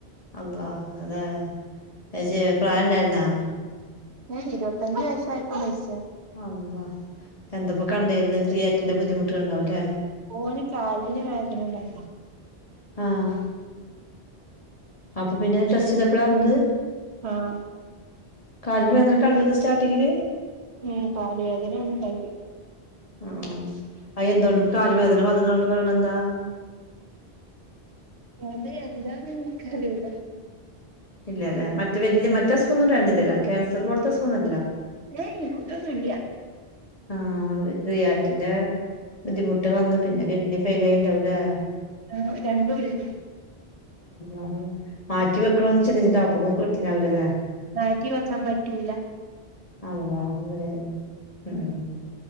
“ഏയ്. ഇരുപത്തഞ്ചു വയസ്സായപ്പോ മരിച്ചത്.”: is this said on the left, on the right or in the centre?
Right